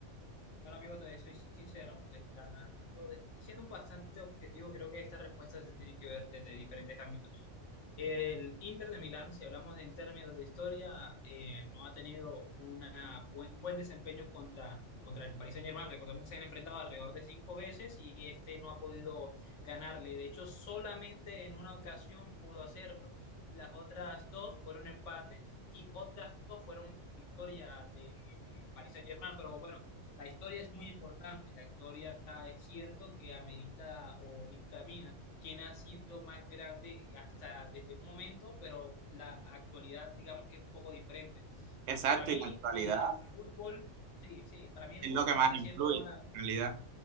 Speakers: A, on the left; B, on the right.
A: Bueno, amigo, te soy sincero, hablando de, siendo un bastante objetivo, creo que estas respuestas se tienen que ver desde diferentes ámbitos El Inter de Milán, si hablamos en términos de historia, eh, no ha tenido una buen- un buen desempeño contra, contra el Paris Saint-Germain. Recordemos que se han enfrentado alrededor de cinco veces y este no ha podido ganarle. De hecho, solamente en una ocasión pudo hacerlo. Las otras dos fueron empate y otras dos fueron victoria de, de Paris Saint-Germain. Pero bueno, la historia es muy importante. La historia es cierto que amerita o dictamina quién ha sido más grande hasta desde un momento, pero la actualidad digamos que es un poco diferente.
B: Exacto,
A: Para mí
B: y la actualidad.
A: el fútbol, sí, sí, para mí el
B: es
A: fútbol
B: lo que más
A: que está
B: influye,
A: haciendo ahora
B: en realidad.